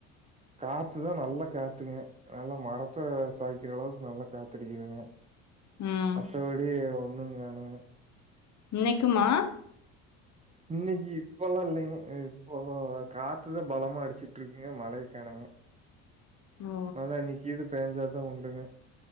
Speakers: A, on the right; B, on the left.
A: காத்துதா நல்லா காத்துங்க நல்லா மரத்த சாய்க்கிற அளவுக்கு நல்லா காத்தடிக்கிதுங்க
B: ம்
A: மத்தப்படி ஒண்ணுங் காணொங்க
B: இன்னைக்குமா
A: இன்னக்கி இப்பல்லா இல்லைங்க இப்ப தோ காத்துதா பலமா அடிச்சிட்ருக்குங்க மழையக் காணங்க
B: ஓ
A: மழ இன்னக்கீது பேஞ்சாதா உண்டுங்க